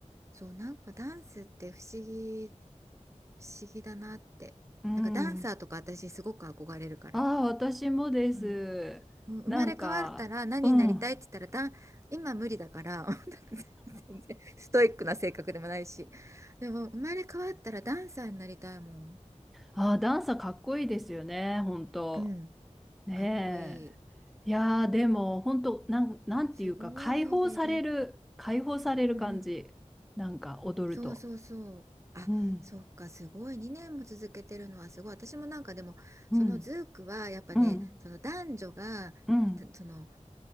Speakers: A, on the right; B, in the centre.
A: そう、なんかダンスって不思議、不思議だなって。
B: うん。
A: なんかダンサーとか私すごく憧れるから。
B: ああ、私もです。
A: うん。うん生まれ変わったら何になりたいって言ったらダン、
B: なんか、うん。あ
A: 今無理だから <laughs> 全然ストイックな性格でもないし。でも生まれ変わったらダンサーになりたいもん。
B: あ、ダンサーかっこいいですよね、本当。
A: うん。
B: ね
A: かっこいい。
B: え。いやー、でも、本当なん、なんていうか、
A: すごいベリー。
B: 解放される、解放される感じ。
A: うん
B: なんか、踊ると。
A: そうそうそう。あ、
B: うん、
A: そっか、すごい。2年も続けてるのはすごい。私もなんかでも、
B: うん、
A: そのズークはやっぱね、
B: うん、
A: その男女が、
B: うん、
A: たその、